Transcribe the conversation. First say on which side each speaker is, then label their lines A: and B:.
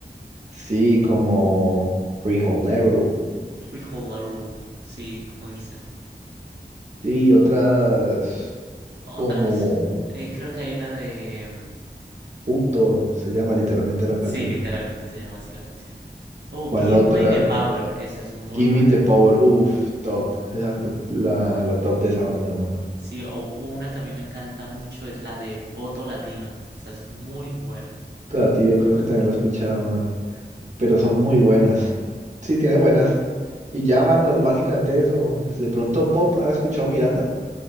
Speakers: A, on the right; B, on the right.
A: Sí, como Arrow.
B: Freeholder, Rule, sí, como dicen.
A: Sí, otras
B: Otras.
A: como
B: Eh, creo que hay una de... mm,
A: Puto, se llama literalmente la canción.
B: Sí, literalmente se llama así la canción. Oh,
A: ¿Cuál
B: Give
A: otra?
B: Me the Power, esa es muy
A: Give
B: buena.
A: me the Power. Uf, top. Esa es la, la top de esa banda, mano.
B: Sí, o una que a mí me encanta mucho es la de Voto Latino, esa es muy buena.
A: Toda, tío, creo que también la he escuchado, mano. pero son muy buenas. Sí, tiene buenas. Y ya, mano, básicamente eso. De pronto Pop, ¿has escuchado Miranda?